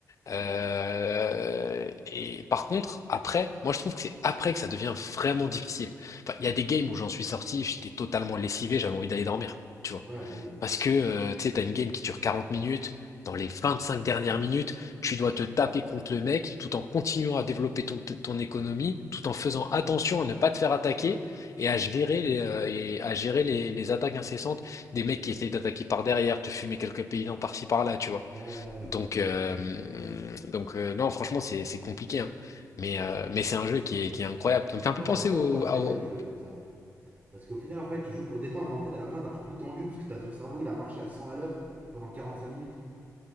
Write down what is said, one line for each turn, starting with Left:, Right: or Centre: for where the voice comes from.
Left: Euh, et par contre, après, moi je trouve que c'est après que ça devient vraiment difficile. Enfin, il y a des games où j'en suis sorti, j'étais totalement lessivé, j'avais envie d'aller dormir, tu vois.
Right: Ouais, bah oui.
Left: Parce que, euh, tu sais, t'as une game qui dure 40 minutes, dans les 25 dernières minutes, tu dois te taper contre le mec tout en continuant à développer ton, ton économie, tout en faisant attention à ne pas te faire attaquer et à gérer les, euh, et à gérer les, les attaques incessantes des mecs qui essayent d'attaquer par derrière, te fumer quelques paysans par-ci par-là, tu vois.
Right: Ouais, ouais, ouais.
Left: Donc,
Right: Non, mais.
Left: euh, donc euh, non, franchement, c'est c'est compliqué, hein. Mais, euh,
Right: Ouais,
Left: mais c'est un jeu qui est, qui est incroyable. Ça me fait un
Right: Moi,
Left: peu penser
Right: je vois pas
Left: au,
Right: trop l'intérêt
Left: à- au-
Right: de jouer comme ça. Parce qu'au final, en fait, tu joues pour détendre et en fait, à la fin, t'es encore plus tendu parce que t'as ton cerveau, il a marché à 100 à l'heure pendant 45 minutes.